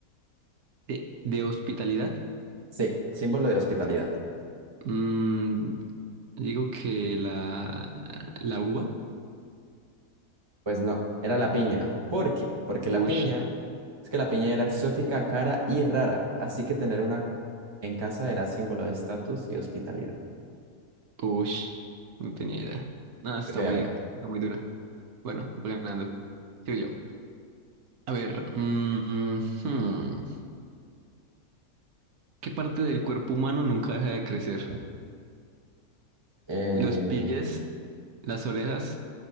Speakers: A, on the right; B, on the right.
A: de, de hospitalidad,
B: Sí, símbolo de hospitalidad.
A: mm, digo que la, la uva.
B: Pues no, era la piña. ¿Por qué? Porque la
A: Ush,
B: piña, es que la piña era exótica, cara y rara, así que tener una en casa era símbolo de estatus y hospitalidad.
A: ush, no tenía idea. No, está
B: Ok, amiga.
A: muy, está muy dura. Bueno, voy ganando. Sigo yo. A ver, mm, hmm, ¿qué parte del cuerpo humano nunca deja de crecer?
B: Eh,
A: ¿Los pies, las orejas,